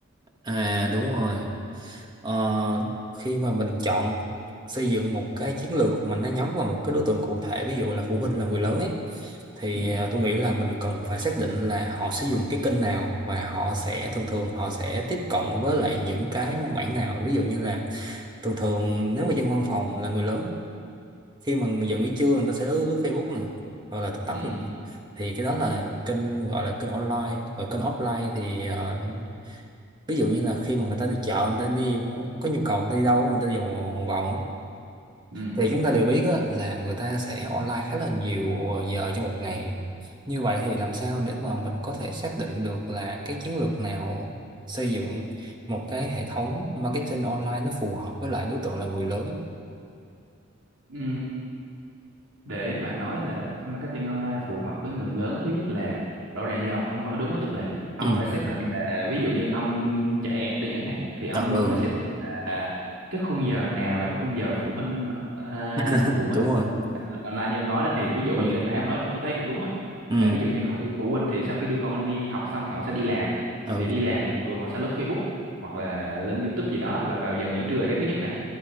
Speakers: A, on the right (about 20°); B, on the right (about 80°).
A: À, đúng rồi. Ờ, khi mà mình chọn xây dựng một cái chiến lược mà nó nhắm vào một cái đối tượng cụ thể ví dụ là phụ huynh là người lớn ấy thì
B: ừ
A: à, tôi nghĩ là mình cần phải xác định là họ sử dụng cái kênh nào và họ sẽ thường thường họ sẽ tiếp cận với lại những cái mảng nào ví dụ như là thường thường nếu mà dân văn phòng là người lớn khi mà giận nghỉ trưa người ta sẽ lướt, lướt Facebook nè hoặc là TikTok
B: ừ
A: nè thì cái đó là kênh gọi là kênh online và kênh offline thì ờ, ví dụ như là khi mà người ta đi chợ người ta đi có nhu cầu người ta đi đâu người ta đi vòng vòng á,
B: ừ
A: thì chúng ta đều biết á, là người ta sẽ online khá là nhiều ờ, giờ trong một ngày như vậy thì làm sao để mà mình có thể xác định được là cái chiến lược nào xây dựng một cái hệ thống marketing online nó phù hợp với lại đối tượng là người lớn
B: ừ để mà nói là marketing online phù hợp với người lớn thứ nhất là rõ ràng như ông ông nói đúng đó, tức là ông
A: ừ
B: phải xác định là ví dụ như ông chạy app đi chẳng hạn thì ông
A: ừ
B: phải xác
A: <laughs>
B: định là cái khung giờ nào là cái khung giờ phụ huynh à,
A: ừ.
B: phụ huynh
A: đúng rồi
B: là lên online như ông nói đó thì ví dụ như
A: ừ
B: nãy ông nói tôi thấy cũng đúng á
A: ừ
B: là ví dụ như họ đi phụ huynh thì sau khi đưa con đi học xong thì họ sẽ đi làm
A: ừ
B: thì đi làm thì thường họ sẽ lướt Facebook hoặc là lên YouTube gì đó là vào giờ nghỉ trưa là cái thứ nhất nè